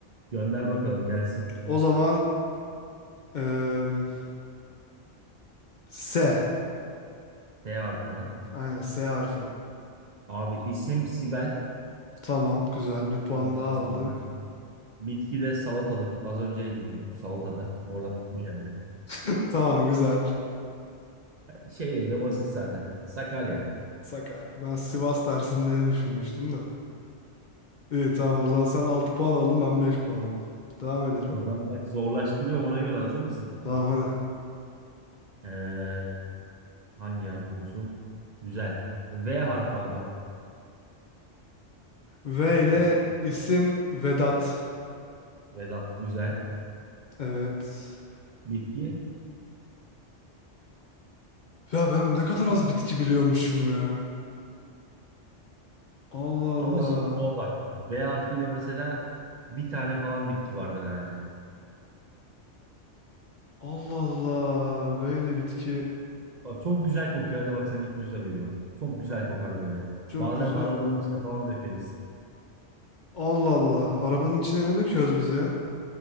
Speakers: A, on the right; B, on the left.
A: Gönder bakalım gelsin.
B: O zaman eee S.
A: T harfi ha.
B: Aynen S harfi.
A: Abi isim Sibel.
B: Tamam güzel bir puan
A: Ondan
B: daha
A: sonra
B: aldın.
A: bitkide salatalık. Az önce yedim çünkü salatada. Oradan aklıma geldi.
B: <laughs> Tamam güzel.
A: Şehir de basit zaten. Sakarya.
B: Sakarya. Ben Sivas dersinde diye düşünmüştüm de. İyi tamam o zaman sen 6 puan oldun ben 5 puanım. Devam edelim.
A: O zaman bak zorlaştırıyorum ona göre hazır mısın?
B: Tamam hadi.
A: Ee, hangi harf olsun? Güzel. V harfi abi.
B: V ile
A: İsim
B: isim Vedat.
A: Vedat. Güzel.
B: Evet.
A: Bitki.
B: Ya ben ne kadar az bitki biliyormuşum ya. Allah
A: Ama
B: Allah.
A: şey zor bak. V harfiyle mesela bir tane falan bitki vardır herhalde.
B: Allah Allah. V ile bitki.
A: Bak, çok güzel kokuyor. Hadi bak sen ipucu da veriyorum. Çok güzel kokar böyle.
B: Çok
A: Bazen
B: güzel.
A: arabanın içine falan dökeriz.
B: Allah Allah. Arabanın içine ne döküyoruz biz ya?